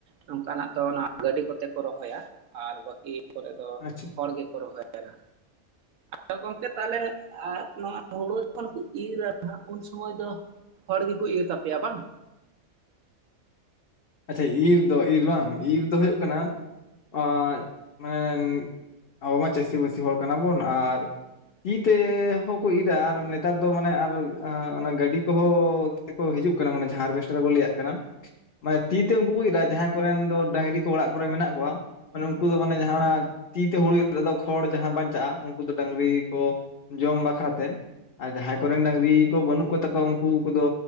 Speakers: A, on the right; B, on the left.
A: ᱱᱚᱝᱠᱟᱱᱟᱜ ᱫᱚ ᱚᱱᱟ ᱜᱟᱹᱰᱤ ᱠᱚᱛᱮ ᱠᱚ ᱨᱚᱦᱚᱭᱟ ᱟᱨ ᱵᱟᱹᱠᱤ ᱠᱚᱨᱮ ᱫᱚ
B: ᱟᱪᱪᱷᱟ
A: ᱦᱚᱲ ᱜᱮᱠᱚ ᱠᱚ ᱨᱚᱦᱚᱭᱟ᱾ ᱟᱫᱚ ᱜᱚᱢᱠᱮ ᱛᱟᱦᱚᱞᱮ ᱮᱫ ᱱᱚᱣᱟ ᱦᱩᱲᱩ ᱡᱚᱠᱷᱚᱱ ᱠᱚ ᱤᱨᱟ ᱱᱟᱦᱟᱜ ᱩᱱ ᱥᱚᱢᱚᱭ ᱫᱚ ᱦᱚᱲ ᱜᱮᱠᱚ ᱤᱨ ᱛᱟᱯᱮᱭᱟ ᱵᱟᱝ?
B: ᱟᱪᱪᱷᱟ ᱤᱨ ᱫᱚ ᱤᱨ ᱵᱟᱝ ᱤᱨ ᱫᱚ ᱦᱩᱭᱩᱜ ᱠᱟᱱᱟ ᱚᱜ ᱢᱟᱱᱮ ᱟᱵᱚ ᱢᱟ ᱪᱟᱹᱥᱤ-ᱵᱟᱹᱥᱤ ᱦᱚᱲ ᱠᱟᱱᱟ ᱵᱚᱱ ᱟᱨ ᱛᱤ ᱛᱮᱻ ᱦᱚᱸᱠᱚ ᱤᱨᱟ ᱟᱨ ᱱᱮᱛᱟᱨ ᱫᱚ ᱢᱟᱱᱮ ᱟᱨ ᱚᱱᱟ ᱜᱟᱹᱰᱤ ᱠᱚᱦᱚᱸ ᱠᱚ ᱦᱤᱡᱩᱜ ᱠᱟᱱᱟ ᱢᱟᱱᱮ ᱡᱟᱦᱟᱸ ᱦᱟᱨᱵᱷᱮᱥᱴᱟᱨ ᱠᱚ ᱞᱟᱹᱭᱟᱜ ᱠᱟᱱᱟ᱾ ᱢᱟᱱᱮ ᱛᱤ ᱛᱮ ᱩᱱᱠᱩ ᱠᱚ ᱤᱨᱟ ᱡᱟᱦᱟᱸᱭ ᱠᱚᱨᱮᱱ ᱫᱚ ᱰᱟᱝᱨᱤ ᱠᱚ ᱚᱲᱟᱜ ᱠᱚᱨᱮ ᱢᱮᱱᱟᱜ ᱠᱚᱣᱟ᱾ ᱢᱟᱱᱮ ᱩᱱᱠᱩ ᱫᱚ ᱢᱟᱱᱮ ᱡᱟᱦᱟᱸ ᱚᱱᱟ ᱛᱤ ᱛᱮ ᱦᱩᱲᱩ ᱤᱨ ᱨᱮᱫᱚ ᱠᱷᱚᱲ ᱡᱟᱦᱟᱸ ᱵᱟᱧᱪᱟᱜᱼᱟ ᱩᱱᱠᱩ ᱫᱚ ᱰᱟᱝᱨᱤ ᱠᱚ ᱡᱚᱢ ᱵᱟᱠᱷᱨᱟ ᱛᱮᱼᱼ ᱟᱨ ᱡᱟᱦᱟᱸᱭ ᱠᱚᱨᱮᱱ ᱰᱟᱹᱝᱨᱤ ᱠᱚ ᱵᱟᱹᱱᱩᱜ ᱠᱚᱛᱟ ᱠᱚᱣᱟ ᱩᱱᱠᱩ ᱠᱚᱫᱚ